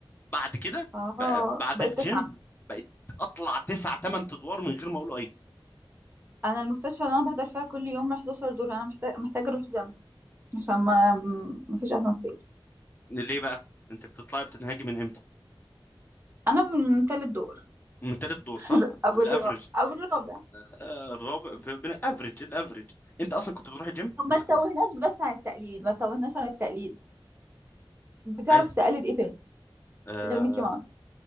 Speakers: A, on the left; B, on the right.
A: بعد كده
B: اه
A: بقى- بعد
B: بقيت
A: الجيم
B: تسعة
A: بقيت اطلع تسع تمن ادوار من غير ما اقول اي
B: انا المستشفى اللي انا بحضر فيها كل يوم 11 دور انا محتاج محتاجة اروح الجيم عشان ما ما فيش اسانسير
A: ليه بقى انت بتطلعي بتنهجي من امتى
B: انا من تالت دور
A: من تالت دور
B: <laughs>
A: صح
B: او
A: الافرج
B: الرابع او الرابع
A: آه، الرابع من الافرج الافرج انت اصلا كنت بتروح الجيم
B: طب ما
A: انت
B: تتوهناش
A: كنت
B: بس عن التقليد ما تتوهناش عن التقليد بتعرف
A: اي
B: تقلد ايه تاني
A: آه،
B: غير ميكي ماوس